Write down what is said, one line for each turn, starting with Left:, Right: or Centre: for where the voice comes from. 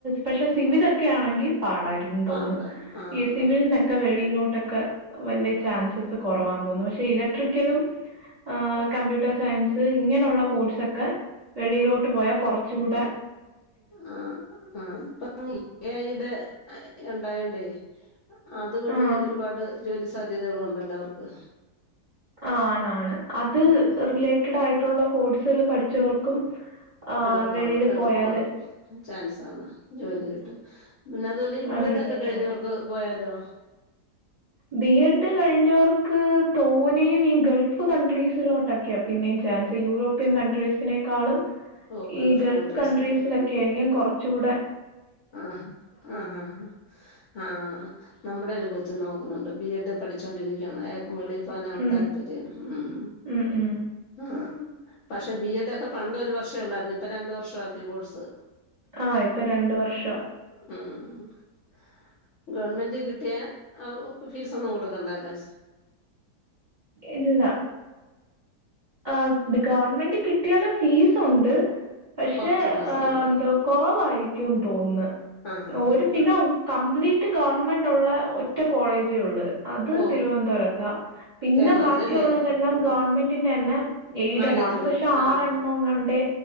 Right: പക്ഷെ സിവിലൊക്കെ ആണെങ്കി പാടായിരിക്കും
Left: പാട
Right: തോന്ന്
Left: ആ
Right: ഈ സിവിൽ ന്നെക്കെ വെളിയിലോട്ടൊക്കെ വല്ല്യ ചാൻസസ് കൊറവാന്ന് തോന്നുന്ന് പക്ഷെ ഇലക്ട്രി ക്കലും, ആഹ് കമ്പ്യൂട്ടർ സയൻസ് ഇങ്ങനൊള്ള കോഴ്സൊക്കെ വെളിയിലോട്ട് പോയാ കൊറച്ചൂടെ
Left: ആ ആ ഇപ്പാന്നെ എ ഐ ടെ ഉണ്ടായോണ്ടേ അതുവഴി
Right: ആഹ്.
Left: ഒരുപാട് ജോലി സാധ്യതകളുണ്ടല്ലോ അവർക്ക്?
Right: ആഹ് ആണാണ് അത്
Left: ഉം
Right: റിലേറ്റഡായിട്ടുള്ള കോഴ്സുകള് പഠിച്ചവർക്കും ആഹ്
Left: എളുപ്പവാണ്
Right: വെളിയില്
Left: എളുപ്പാണ്
Right: പോയാല്
Left: ചാൻസാണ് ജോലി കിട്ടും പിന്നെ അതുവെല്ലാ ഈ ബീ
Right: അത്
Left: എഡ്
Right: റിലേറ്റഡ്
Left: ഒക്കെ കഴിഞ്ഞവർക്ക്
Right: ആയിട്ട്.
Left: പോയാലോ?
Right: ബി എഡ് കഴിഞ്ഞവർക്ക് തോനയും ഈ ഗൾഫ് കൺട്രീസിലോട്ട് ക്കെയാ പിന്നെയും ചാൻസ് യൂറോപ്യൻ കൺട്രീസിനെക്കാളും
Left: ഓ
Right: ഈ ഗൾഫ്
Left: കൺട്രീസിലോട്ട്
Right: കൺട്രീസ് ലൊക്കെ രിക്കും കൊറച്ചുടെ
Left: ആഹ് ആ ഹാ ആഹ് നമ്മുടെ ഒരു കൊച്ച് നോക്കുന്നുണ്ട് ബി എഡ് പഠിച്ചോണ്ടിരിക്കാണ് എ വെളി പോവാനാണ്
Right: ഉം.
Left: താല്പര്യം ഉം
Right: ഉം ഉം.
Left: ആഹ് പക്ഷെ ബി എ ഡൊക്കെ പണ്ടൊരു വർഷെയൊള്ളായിരുന്നു ഇപ്പൊ രണ്ടു വർഷാക്കി കോഴ്സ്
Right: ആഹ് ഇപ്പ രണ്ട് വർഷാ
Left: ഉംഹ് ഗവൺമെന്റ് കിട്ടിയ അവ് ഫീസൊന്നും കൊടുക്കണ്ടല്ലോ?
Right: ഇല്ല ആഹ് ഗവൺമെന്റ് കിട്ടിയാലും ഫീസൊണ്ട് പക്ഷെ
Left: കൊറച്ച് ഫീസേ
Right: ഏഹ്
Left: ഉള്ളൂ
Right: എന്തോ കൊറവായിരിക്കൂന്ന് തോന്ന്ന്ന്
Left: ആഹ് ആഹ്
Right: ഓര്
Left: ആഹ്
Right: പിന്നെ ഓ കംപ്ലീറ്റ് ഗവൺമെന്റൊള്ള ഒറ്റ കോളേജേയൊള്ള് അത്
Left: ഓ
Right: തിരുവനന്തപുരത്താ പിന്നെ
Left: കേരളത്തിലല്ലേ
Right: ബാക്കിയുള്ളതെല്ലാം ഗവൺമെന്റ് തന്നെ എയ്ഡഡാ
Left: മാനേജ്മെന്റ്
Right: അത് പക്ഷേ
Left: ആഹ്
Right: ആറെണ്ണങ്ങാണ്ടേ